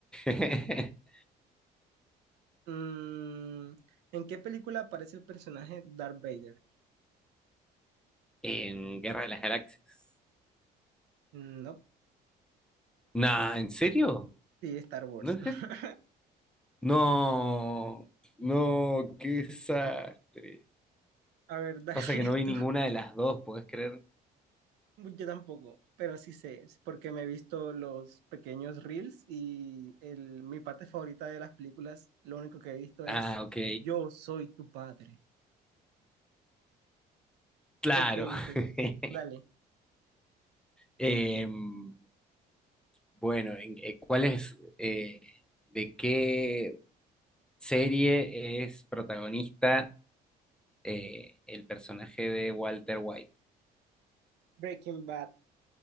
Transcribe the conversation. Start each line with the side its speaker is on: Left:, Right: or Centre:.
Centre: sé. <laughs>
Right: Mm, ¿en qué película aparece el personaje Darth Vader?
Centre: en Guerra de las Galaxias.
Right: Mm, No,
Centre: Nah, ¿en serio?
Right: sí, Star Wars.
Centre: ¿No es
Right: <laughs>
Centre: Ger- No, no, qué desastre.
Right: A ver, dale.
Centre: Pasa que no vi
Right: <laughs>
Centre: ninguna de las dos, ¿podés creer?
Right: <laughs> Yo tampoco, pero sí sé, sí, porque me he visto los pequeños reels y el, mi parte favorita de las películas, lo único que he visto es
Centre: Ah, ok.
Right: Yo soy tu padre.
Centre: Claro.
Right: Ok, ok,
Centre: <laughs>
Right: dale.
Centre: Em, bueno, en- eh, ¿cuál es, eh, de qué serie es protagonista eh, el personaje de Walter White?
Right: Breaking Bad.